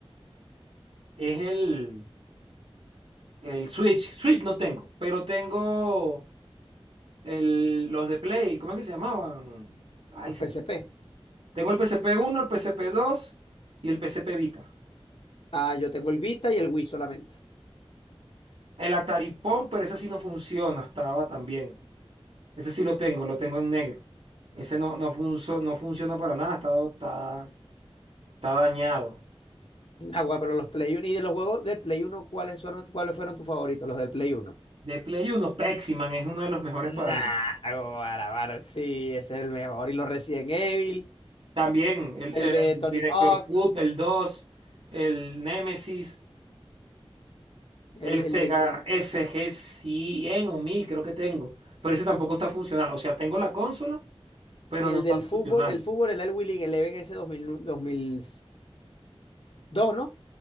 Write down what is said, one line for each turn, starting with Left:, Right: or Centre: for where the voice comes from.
Right: es el, el Switch. Switch no tengo, pero tengo el, los de Play. ¿Cómo es que se llamaban? Ay,
Left: Los
Right: se
Left: PSP.
Right: me- Tengo el PSP uno, el PSP 2 y el PSP Vita.
Left: Ah, yo tengo el Vita y el Wii solamente.
Right: El Atari Pong, pero ese sí no funciona, estaba también. Ese sí lo tengo, lo tengo en negro. Ese no, no, funso- no funciona para nada, está, está, está dañado.
Left: Agua, pero los Play 1 y de los juegos del Play uno ¿cuáles fueron, cuáles fueron tus favoritos? Los del Play uno
Right: De Play Uno Peximan es uno de los mejores
Left: Nah,
Right: para mí.
Left: guara, mano, sí, ese es el mejor. Y los Resident Evil,
Right: También
Left: y
Right: el, el
Left: el de Tony
Right: Director
Left: Hawk,
Right: Cut, el 2, el Nemesis,
Left: el,
Right: el
Left: el,
Right: Sega
Left: el, el-
Right: SG Cien o 1000 creo que tengo. Pero ese tampoco está funcional. O sea, tengo la consola, pero
Left: y el
Right: no está
Left: del fútbol,
Right: funcional.
Left: el fútbol, el Winning Eleven ese dos dos mil dos mil dos ¿no? dos